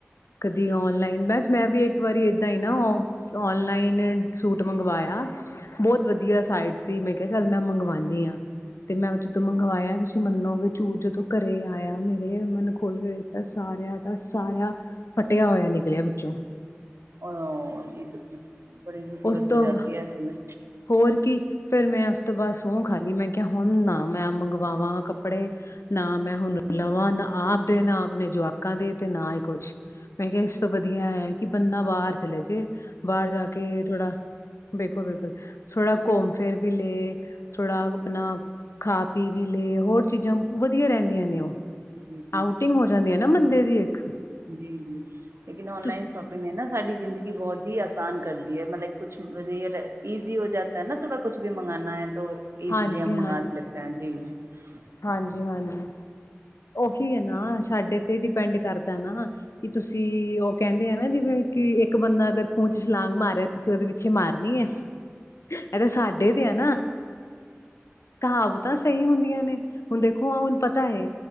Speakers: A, on the left; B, on the right.
A: ਕਦੀ ਔਨਲਾਈਨ ਬਸ ਮੈਂ ਵੀ ਇੱਕ ਵਾਰੀ ਏਦਾਂ ਹੀ ਨਾ ਔਨਲਾਈਨ ਸੂਟ ਮੰਗਵਾਇਆ ਬਹੁਤ ਵਧੀਆ ਸਾਈਡ ਸੀ ਮੈਂ ਕਿਹਾ ਚੱਲ ਮੈਂ ਮੰਗਵਾਉਾਨਦੀ ਹਾਂ ਤੇ ਮੈਂ ਜਦੋਂ ਮੰਗਵਾਇਆ ਤੁਸੀ ਤੁਸੀਂ ਮੰਨੋਗੇ ਝੂਠ ਜਦੋਂ ਘਰੇ ਆਇਆ ਮੇਰੇ ਮਨ ਖੋਲ ਕੇਖਿਆ ਸਾਰਿਆਂ ਦਾ ਸਾਰਾ ਫਟਿਆ ਹੋਇਆ ਨਿਕਲਿਆ ਵਿੱਚੋਂ
B: ਹ ਇਹ ਤਾਂ ਬੜੀ ਮੁਸੀਬਤ
A: ਉਸ ਤੋਂ
B: ਹੋ ਜਾਤੀ ਹੈ ਐਸੇ ਮੇ
A: ਹੋਰ ਕੀ ਫੇਿਰ ਮੈਂ ਉਸ ਤੋਂ ਬਾਅਦ ਸਹ ਖਾ ਲਈ ਮੈਂ ਕਿਹਾ ਹੁਣ ਨਾ ਮੈਂ ਮੰਗਵਾਵਾਂ ਕੱਪੜੇ ਨਾ ਮੈਂ ਹੁਣ ਲਵਾਂ ਨਾ ਆਪ ਦੇ ਨਾ ਆਪਣੇ ਜਵਾਕਾਂ ਦੇ ਤੇ ਨਾ ਹੀ ਕੁਛ ਮੈਂ ਕਿਹਾ ਇਸ ਤੋਂ ਵਧੀਆ ਹੈ ਕਿ ਬੰਦਾ ਬਾਹਰ ਚਲੇ ਜੇ ਬਾਹਰ ਜਾ ਕੇ ਥੋੜਾ ਬਿਲਕੁਲ ਬਿਲਕੁਲ ਥੋੜਾ ਘੁੰਮ ਫੇਿਰ ਵੀ ਲਏ ਥੋੜਾ ਆਪਣਾ ਖਾ ਪੀ ਵੀ ਲੈ ਹੋਰ ਚੀਜ਼ਾਂ ਵਧੀਆ ਰਹਿੰਦੀਆਂ ਨੇ ਉਹ
B: ਜੀ
A: ਆਊਟਿੰਗ ਹੋ ਜਾਂਦੀ ਹੈ ਨਾ ਬੰਦੇ ਦੀ ਇੱਕ
B: ਜੀ ਲੇਕਿਨ ਔਨਲਾਈਨ
A: ਤੁ
B: ਸ਼ੋਪ ਨਾ ਸਾਡੀ ਜ਼ਿੰਦਗੀ ਬਹੁਤ ਹੀ ਆਸਾਨ ਕਰਦੀ ਹੈ ਮਤਲਬ ਕੁਛ ਯ ਈਜ਼ੀ ਹੋ ਜਾਤਾ ਨਾ ੋੜਾ ਕੁਛ ਵੀ ਮੰਗਾਨਾ ਹੈ ਇਜ਼ੀਲੀ
A: ਹਾਂਜੀ
B: ਮੰਗ
A: ਹਾਂਜੀ
B: ਸਕ ਜੀ <unintelligible>
A: ਹਾਂਜੀ -। ਹਾਂਜੀ ਉਹੀ ਹੈ ਨਾ, ਸਾਡੇ ਤੇ ਡਿਪੈਂਡ ਕਰਦਾ ਨਾ ਕਿ ਤੁਸੀਂ ਕਹਿੰਦੇ ਆ ਨਾ ਜਿਵੇਂ ਕਿ ਇੱਕ ਬੰਦਾ ਅਗਰ ਖੂਹ ਚ ਛਲਾਂਗ ਮਾਰੇ ਤੁਸੀਂ ਉਹਦੇ ਪਿੱਛੇ ਮਾਰਨੀ ਹੈ ਇਹ ਤੇ ਸਾਡੇ ਤੇ ਆ ਨਾ, ਕਹਾਵਤਾਂ ਸਹੀ ਹੁੰਦੀਆਂ ਨੇ ਹੁਣ ਦੇਖੋ ਹੁਣ ਪਤਾ ਹੈ